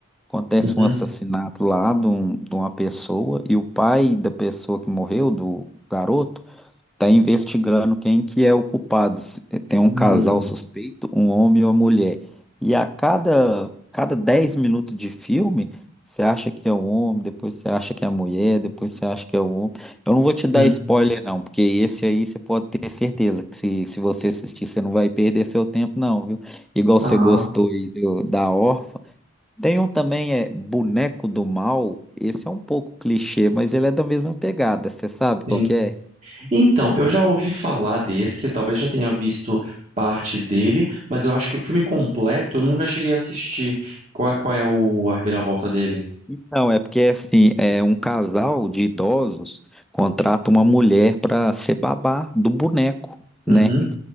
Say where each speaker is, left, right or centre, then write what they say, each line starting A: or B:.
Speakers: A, in the centre; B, on the right (about 30°).
A: Acontece
B: Uhum.
A: um assassinato lá de, um- de uma pessoa e o pai da pessoa que morreu, do garoto, Tá investigando quem que é o culpado. Se- Tem um
B: Uhum.
A: casal suspeito, um homem e uma mulher. E a cada, cada 10 minutos de filme, você acha que é o homem, depois você acha que é a mulher, depois você acha que é o homem. Eu não vou te dar
B: Uhum.
A: spoiler, não, porque esse aí você pode ter certeza que se, se você assistir, você não vai perder seu tempo, não, viu? Igual
B: Ah,
A: você gostou aí do- da Órfã. Tem um também, é Boneco do Mal. Esse é um pouco clichê, mas ele é da mesma pegada. Você sabe qual
B: sim.
A: que é?
B: Então, eu já ouvi falar desse, talvez já tenha visto partes dele, mas eu acho que o filme completo eu nunca cheguei a assistir. Qual, qual é o a reviravolta dele?
A: Então, é porque assim, é um casal de idosos contrata uma mulher para ser babá do boneco,
B: Uhum,
A: né?